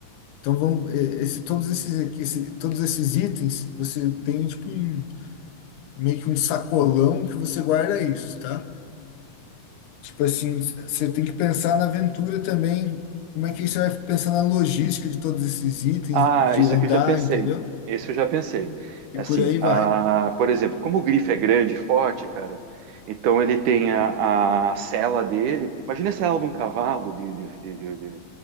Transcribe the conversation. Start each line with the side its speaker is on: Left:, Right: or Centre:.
Left: então vão, eh, esse, todos esses, aqui- esse, todos esses itens, você tem tipo um, meio que um sacolão que você guarda isso, tá? Tipo assim, você tem que pensar na aventura também, como é que você vai pensar na logística de todos esses itens,
Right: Ah,
Left: de
Right: isso
Left: andar,
Right: aqui eu já pensei.
Left: entendeu?
Right: Esse eu já pensei. Assim,
Left: E por aí
Right: a,
Left: vai.
Right: por exemplo, como o grifo é grande e forte, cara, então ele tem a, a sela dele. Imagina a sela de um cavalo de, de- de- de- de-